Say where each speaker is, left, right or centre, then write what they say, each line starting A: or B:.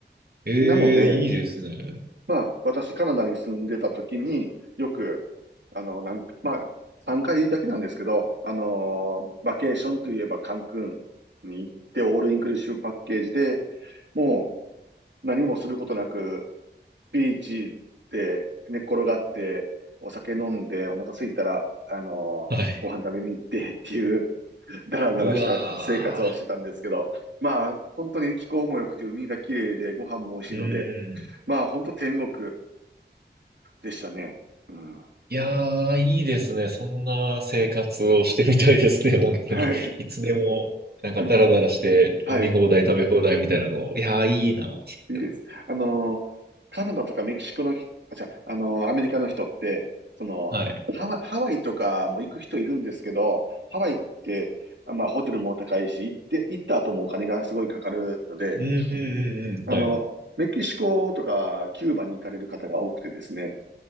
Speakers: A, on the right; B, on the right.
A: ええ、
B: なので、
A: いいですね。
B: まあ、私、カナダに住んでた時に、よく、あの、なんか、まあ、3回だけなんですけど、あのーバケーションといえばカンクンに行って、オールインクルーシブパッケージで、もう何もすることなく、ビーチで寝っ転がって、お酒飲んで、お腹空いたら、あのーご飯食べに行ってっていう、
A: はい。
B: だらだらした生活をしてたんですけど、
A: うわー。
B: まあ、本当に気候も良くて、海が綺麗で、ご飯も美味しいので、
A: うん。
B: まあ、本当天国でしたね。うん。
A: いやー、いいですね。そんな生活をしてみたいですね。<laughs> 本当に。
B: はい。
A: いつでも、なんかダラダラして飲み放題、
B: うん。はい。
A: 食べ放題みたいなの。いやー、いいな。それは
B: いいです。あの、カナダとかメキシコのひ、あ、じゃあ、あの、アメリカの人って、その、
A: はい。
B: ハワイ、ハワイとかも行く人いるんですけど、ハワイって、あまあ、ホテルも高いし、行って、行った後もお金がすごいかかるので、
A: うんうんうんうん。
B: あの、
A: はい。
B: メキシコとかキューバに行かれる方が多くてですね。